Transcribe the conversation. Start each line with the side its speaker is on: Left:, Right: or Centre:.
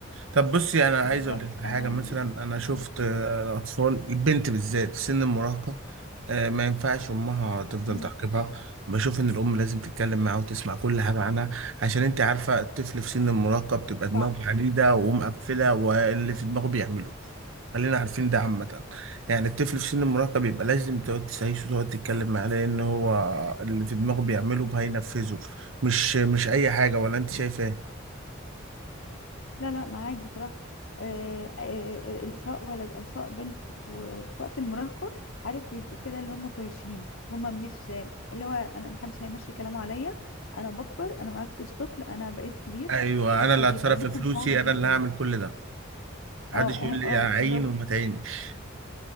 Right: طب بصي انا عايز
Left: بالظبط
Right: اقول لك حاجه
Left: أنا
Right: مثلا انا شفت
Left: م-
Right: آه، الاطفال البنت بالذات في سن المراهقه آه، ما ينفعش امها تفضل
Left: م-
Right: تعاقبها بشوف ان الام لازم تتكلم معاها وتسمع كل حاجه عنها عشان انت عارفه الطفل في سن المراهقه بتبقى دماغه
Left: صح
Right: عنيده ومقفله واللي في دماغه بيعمله خلينا عارفين ده عامة يعني الطفل في سن المراهقة بيبقى لازم تقعد تسايسه وتقعد تتكلم معاه لأن هو اللي في دماغه بيعمله هينفذه مش مش أي حاجة ولا أنت شايفة
Left: لا لا معاك بصراحة آه، آه، آه، آه، سواء ولد أو سواء بنت و- في وقت المراهقة عارف بيبقوا كده اللي هم طايشين هم مش اللي هو أنا محدش هيمشي كلامه عليا أنا بكبر أنا ما عدتش طفل أنا بقيت كبير
Right: ايوه
Left: آه،
Right: انا اللي
Left: فبيبقى
Right: هتصرف
Left: دماغهم
Right: في فلوسي
Left: صعبة
Right: انا
Left: جدا
Right: اللي هعمل كل ده محدش
Left: اه
Right: يقول
Left: اه
Right: لي
Left: اه
Right: اعين
Left: بالظبط
Right: وما تعينش